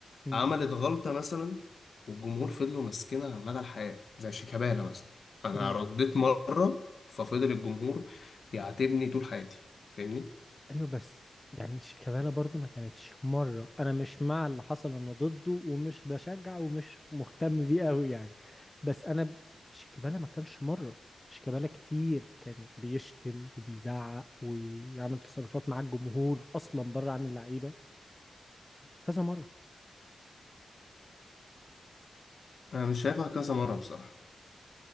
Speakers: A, on the left (about 15°); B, on the left (about 60°).
A: مم.
B: عملت غلطة مثلا والجمهور فضلوا ماسكينها مدى الحياة زي شيكابالا مثلا أنا
A: مم.
B: رديت مرة ففضل الجمهور يعاتبني طول حياتي فاهمني؟
A: ايوه بس يعني شيكابالا برضو ما كانتش مره انا مش مع اللي حصل انا ضده ومش بشجع ومش مهتم بيه قوي يعني بس انا ب- شيكابالا ما كانش مره شيكابالا كتير كان بيشتم وبيزعق ويعمل تصرفات مع الجمهور اصلا بره عن اللعيبه كذا مره
B: أنا مش شايفها كذا مرة بصراحة